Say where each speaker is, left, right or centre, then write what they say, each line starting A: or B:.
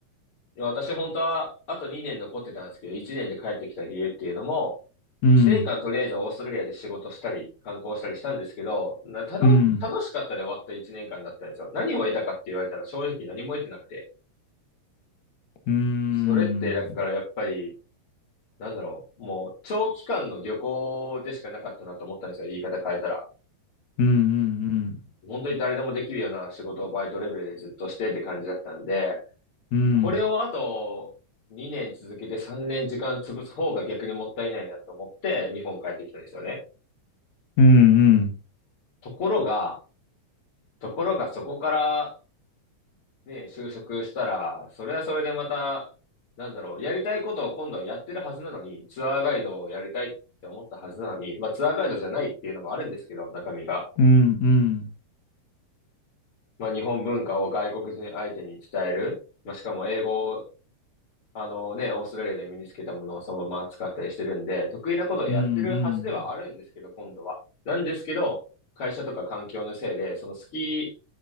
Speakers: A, on the left (about 45°); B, on the left (about 65°).
A: いや私本当はあと2年残ってたんですけど、1年で帰ってきた理由っていうのも、
B: うん、
A: 1年間とりあえずオーストラリアで仕事したり、観光したりしたんですけど、なたど、
B: うん。
A: 楽しかったで終わった1年間だったんですよ。何を得たかって言われたら正直何も得てなくて。
B: うーん。
A: それってだからやっぱり、なんだろう、もう長期間の旅行でしかなかったなと思ったんですよ。言い方変えたら。
B: うんうん
A: 本当に誰でもできるような仕事をバイトレベルでずっとしてって感じだったんで、
B: うん。うん
A: これをあと2年続けて3年時間潰す方が逆にもったいないなと思って日本帰ってきたんですよね。
B: うんうん
A: ところが、ところがそこからね、就職したら、それはそれでまた、なんだろう、やりたいことを今度はやってるはずなのに、ツアーガイドをやりたいって思ったはずなのに、まあツアーガイドじゃないっていうのもあるんですけど、中身が。
B: うんうん
A: まあ日本文化を外国人相手に伝える。まあしかも英語あのね、オーストラリアで身につけたものをそのまま使ったりしてるんで、得意なことをやってるはずではあるんですけど、
B: うん
A: 今度は。なんですけど、会社とか環境のせいで、その好き